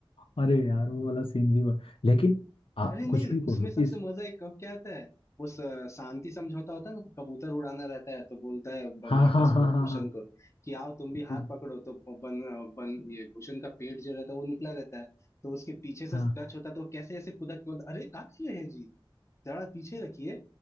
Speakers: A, on the left (about 80°); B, on the left (about 30°).
A: अरे यार वो वाला सीन भी हुआ लेकिन आप
B: अरे नहीं
A: कुछ भी बोलो
B: उसमें सबसे
A: इस
B: मजा एक कब क्या आता है वो स- शांति समझौता होता है ना तो कबूतर उड़ाना रहता है तो बोलता है बनराकस
A: हाँ हाँ हाँ
B: को
A: हाँ
B: भूषण को कि आओ तुम भी हाथ
A: हाँ
B: पकड़ो तो बन बन ये भूषण का पेट जो रहता है वो निकला रहता है तो उसके पीछे से
A: हाँ
B: टच होता है तो वो कैसे ऐसे कूदा के बोलता है, अरे क्या कर रहे हैं जी जरा पीछे रखिए